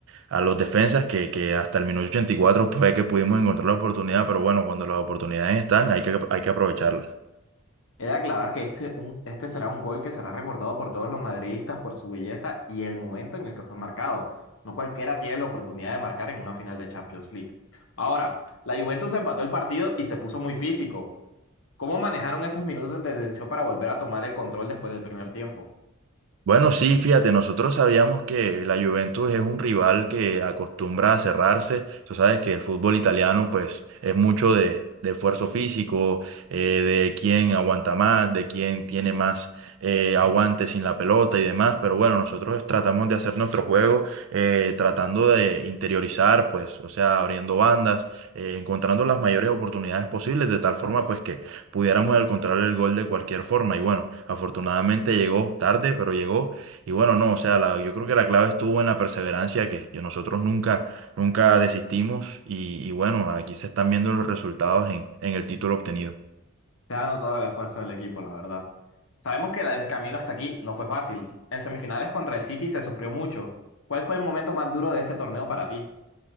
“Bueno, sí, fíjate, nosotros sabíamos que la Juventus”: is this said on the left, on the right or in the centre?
Right